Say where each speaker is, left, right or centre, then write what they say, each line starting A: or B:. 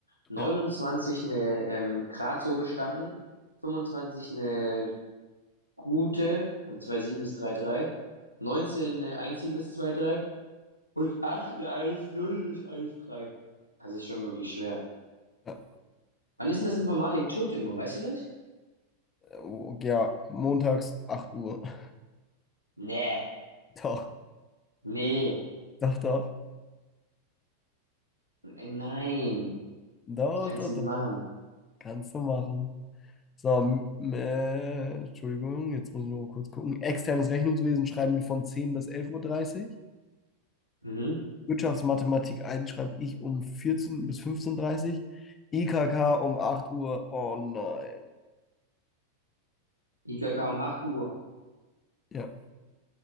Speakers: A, on the left; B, on the left.
A: 29
B: Ja.
A: eine ähm, Grazo bestanden, 25 eine gute, also 2-7 bis 3-3, 19 eine 1-7 bis 2-3 und 8 eine 1-0 bis 1-3. Das ist schon wirklich schwer.
B: Ja,
A: Wann ist denn das Informatik tot immer, weißt du das?
B: oh, ja, montags acht Uhr. <laughs>
A: Nee,
B: Doch,
A: nee,
B: doch, doch.
A: n- nein,
B: Doch,
A: das kannst
B: doch,
A: du nicht
B: doch.
A: machen.
B: Kannst du machen. So, m- äh, Entschuldigung, jetzt muss ich noch mal kurz gucken. Externes Rechnungswesen schreiben wir von 10 bis elf Uhr. dreißig.
A: Mhm.
B: Wirtschaftsmathematik eins schreibe ich um 14 bis 15.30 Uhr. IKK um 8 Uhr. Oh nein.
A: IKK um 8 Uhr.
B: Ja.